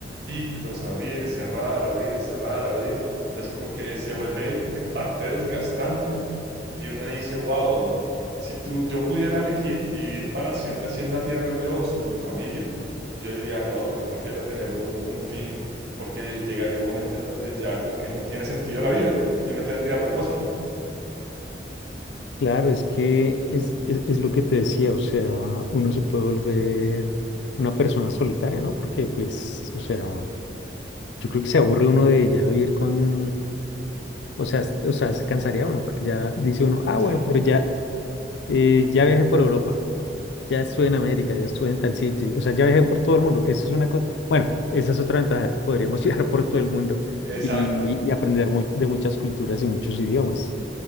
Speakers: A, on the right (about 70°); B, on the left (about 80°).
A: ciclos, abrir, cerrar, abrir, cerrar, abrir. Entonces como que se vuelve en parte desgastante. Y uno dice, wow. Si tú, yo pudiera elegir vivir para siempre así en la tierra, yo o sin mi familia, yo diría, no, yo prefiero tener un, un fin porque llegaría un momento en donde ya como que no tiene sentido la vida y no tendría propósito.
B: Claro, es que es, es, es lo que te decía, o sea, uno se puede volver una persona solitaria, ¿no? Porque, pues, o sea, yo creo que se aburre uno de ya vivir con, o sea, s- o sea, se cansaría uno, porque ya dice uno, ah, bueno,
A: Sí,
B: pero ya, eh, ya viajé por Europa. Ya estuve en América, ya estuve en tal sitio. O sea, ya viajé por todo el mundo. Eso es una cosa. Bueno, esa es otra ventaja. Podríamos <laughs> viajar por todo el mundo
A: exacto,
B: y, y aprender mu- de muchas culturas y muchos idiomas.